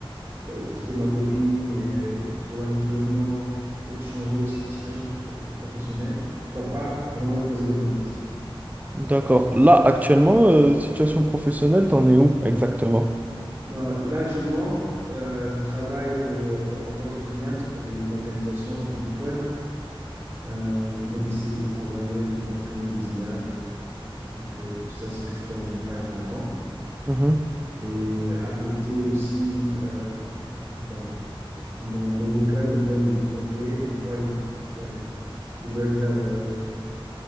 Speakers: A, on the right; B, on the right.
A: euh, quitter ma copine, et trouver un autre logement, peut-être changer aussi de situation par- professionnelle. Pourquoi pas vraiment me poser les bonnes questions.
B: D'accord. Là, actuellement, euh, situation professionnelle, t'en es où exactement?
A: Ben, là, actuellement, euh, je travaille pour, euh, en tant que freelance pour une organisation, je fais du code. Euh, on essaie de programmer ou d'entraîner des IA, tu vois. Donc, euh, ça, c'est ce que je fais en général à plein temps.
B: Mhm.
A: Et à côté aussi, euh, enfin, mon, mon école me donne des projets. Des fois, ils, je sais pas, ils, ils veulent faire euh,